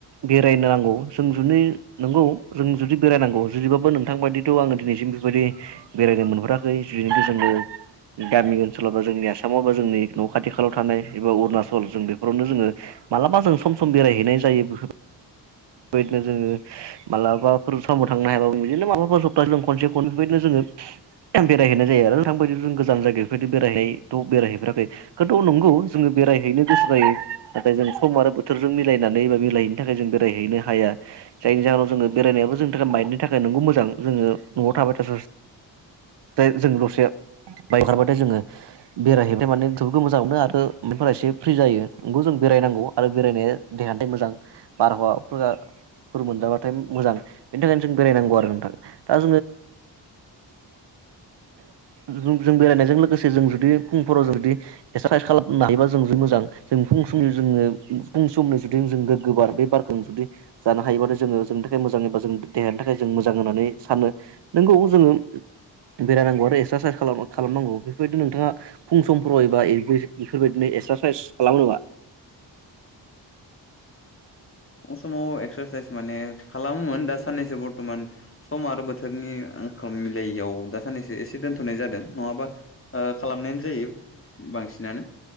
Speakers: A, on the right (about 65°); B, on the left (about 30°).
A: बेरायनो नांगौ जों जुदि नोंगौ जों जुदि बेरायनांगौ जुदिबाबो नोंथां बादिथ' आङो दिनैसिम बेफोरबायदि बेरायनो मोनहराखै जिनो जोङो गामि ओनसोलाव बा जोंनि आसामाव बा जोंनि न' खाथि खाालाव थानाय एबा अरुणाचल जों बेफोरावनो जोङो मालाबा जों सम बेरायहैनाय जायो बेफोर बेबायदिनो जोङो मालाबाफोर समाव थांनो हायाबो बिदिनो माबाफोरा सप्ताहसे जों खनसे खननै बेफोरबायदिनो जोङो बेरायहैनाय जायो आरो थांबायायदि जों गोजान जायगायाव बेफोरबायदि बेरायहै थ' बेरायहैफेराखै खिन्थु नंगौ जोङो बेरायहैनो गोसो जायो नाथाय जों सम आरो बोथोरजों मिलायनानै बा मिलायहैनो थाखाय जों बेरायहैनो हाया जायनि जाहोनाव जोङो बेरायनायाबो जोंनि थाखाय बायनायनि थाखाय नोंगौ मोजां जोङो न'आव थाबाय थाय <unintelligible> जों दसे बाइक हरबाथाय जोङो बेरायहैबाय माने जोरफोरखौ मोजां मोनो आरो मफोरा एसे फ्रि जायो नोंगखौ जों बेरायनांगौ आरो बेरायनाया देहानिथाय मोजां बारहावा फोरा फोर मोनजाबाथाय मोजां बेनि थाखायनो जों बेरायनांगौ आरो नोंथा दा जोङो <inaudible> जों बेरायनायजों लोगोसे जों जुदि फुंफोराव जुदि <unintelligible> खालामनो हायोबा जों मोजां जों फुं समनि जोङो फुं समनि जुदि जों गोबार बे बार जों जुदि जानो हायोबा जोङो जोंनि थाखाय मोजां एबा जोंनि देहानि थाखाय जों मोजां होननानै सानो नोंगौ जोङो बेरायनांगौ आरो एक्सारसाइस खाला-खालामनांगौ बेफोरबायदि नोंथाङा फुं समफोराव एबा बेफोरबायदिनो एक्सारसाइस खालामो नामा?
B: समाव एक्सारसाइस माने खालामोमोन दा साननैसो बरथ'मान सम आरो बोथोरनि आंखाल मिलायैयाव दा साननैसो एसे दोनथ'नाय जादों नङाबा ओ खालामनायानो जायो बांसिनानो।